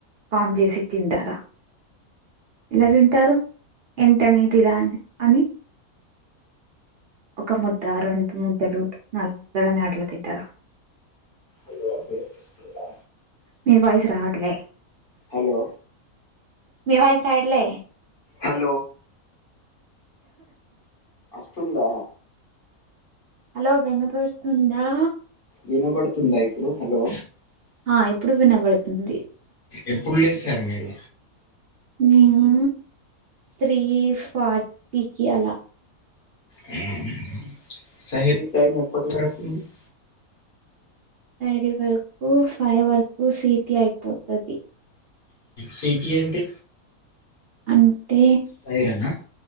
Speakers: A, on the right; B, on the left.
A: కౌంట్ జేసి తింటరా ఏలా తింటారు ఎంతని తిలా అని ఒక ముద్దా రెండు ముద్దలు నలుగుముద్దల్ అని అట్లా తింటర
B: హలో వినిపిస్తుందా?
A: మీ వాయిస్ రావట్లే
B: హలో
A: మీ వాయిస్ రాయిట్లే
B: హలో అస్తున్దా
A: హలో వినిపిస్తుందా
B: వినబడుతుందా ఇప్పుడు హలో
A: ఆ ఇప్పుడు వినబడుతుంది
B: ఎప్పుడు లేసారు మీరు
A: నేనా త్రీ ఫార్టీ కీ అలా
B: హ్మ్. <unintelligible>
A: రి వరకు ఫై వరకు సీటీ అయిపోతది
B: సీటీ ఏంటి
A: అంటే
B: సైరనా